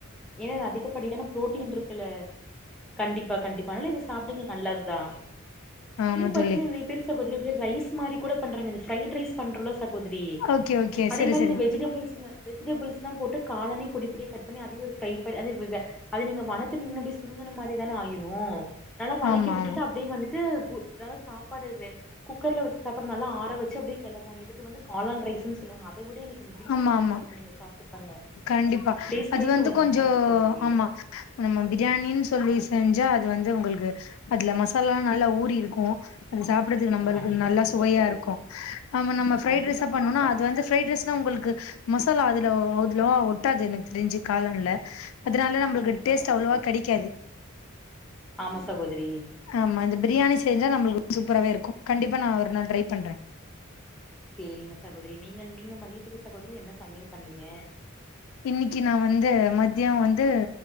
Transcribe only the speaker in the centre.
ஏன்னா இது அதிகப்படியான புரோட்டீன் இருக்குல்ல, கண்டிப்பா, கண்டிப்பா அனால இது சாப்டுங்க நல்லது தா.
இதுலே
பாத்தீங்கன்னா நெறைய பேர் சகோதரி ரைஸ் மாரிக்கூட பண்றாங்க, ஃபிரைட் ரைஸ் பண்றோல சகோதரி,
அதே
மாரி
இந்த வெஜிடபிள்ஸ் நா வெஜிடபிள்ஸ்ல்லா போட்டு காலனையு பொடி பொடியா கட் பண்ணி அதையு ஒரு ஃப்ரை ப அது விவ அத நீங்க வணக்குனிங்கன, சுருங்கண மாரிதானே ஆயிரு நல்லா வணக்கி
விட்டுட்டு,
அப்டியே வந்துட்டு உ நல்லா சாப்பாடுவே குக்கர்ல வச்சு அப்புற நல்லா ஆற வச்சு கெளர்வாங்க, இதுக்கு வந்து காலான் ரைஸ்ன்னு சொல்றாங்க. அத விட எனக் இந்த பிரியாணி
நல்லா இருக்கு நீங்க சாப்டு பாருங்க
டேஸ்ட்
வைஸ்
உங்களுக்கு
நல்லா இருக்கு சகோதரி
கண்டிப்பா
கண்டிப்பா
சகோதரி
கண்டிப்பா
கண்டிப்பா
கண்டிப்பா
கண்டிப்பா
ஆமா சகோதரி
சேரிங்க சகோதரி, நீங்க, நீங்க மதியத்துக்கு சகோதரி, என்ன சமையல் பண்ணீங்க?